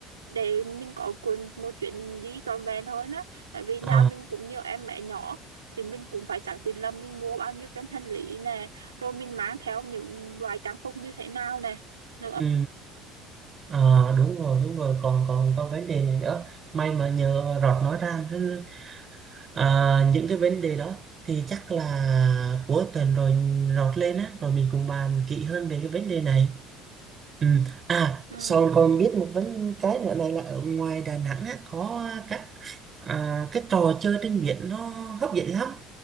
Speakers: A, on the right; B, on the right.
A: để mình có cuốn- một chuyến đi trọn vẹn hơn á tại vì
B: Ờ,
A: nhà mình cũng nhiều em bé nhỏ thì mình cũng phải xác định là mình mua bao nhiêu cái hành lý nè rồi mình mang theo những loại trang phục như thế nào nè nữa
B: ừ, ờ, đúng rồi đúng rồi còn còn còn vấn đề này nữa may mà nhờ Rọt nói ra chứ, ờ, những cái vấn đề đó thì chắc là cuối tuần rồi Rọt lên á rồi mình cùng bàn kỹ hơn về cái vấn đề này Ừ. À,
A: ừ.
B: sau con biết một vấn cái nữa này là ở ngoài Đà Nẵng á, có các à, cái trò chơi trên biển nó hấp dẫn lắm.